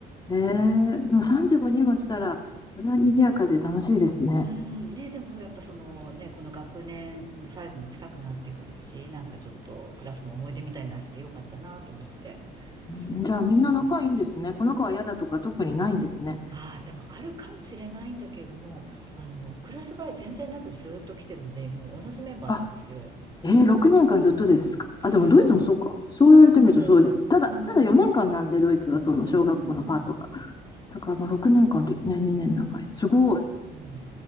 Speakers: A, on the left (about 25°); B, on the right (about 25°).
A: えー、でも35人も来たら、それは賑やかで楽しいですね。
B: <laughs> うん、ね、でもやっぱそのね、この学年の最後も近くなってくるし、なんかちょっとクラスの思い出みたいになってよかったなと思って。
A: うんじゃあみんな仲いいんですね。
B: うん。
A: この子は嫌だとか特にないんですね。
B: ああ、多分あるかもしれないんだけれども、あの、クラス替え全然なくずーっと来てるので、もう同じメンバーなんですよ。
A: あ、えー、6年間ずっとですか。
B: そう。
A: あ、でもドイツもそうか。そう言われてみるとそうで、
B: あ、本当ですかうん。
A: ただ、ただ4年間なんで、
B: うん
A: ドイツはその小学校のパートが。
B: うんうん。
A: だからまあ6年間ってね、
B: そっかそっか。
A: 2年長い。すごい。
B: うん。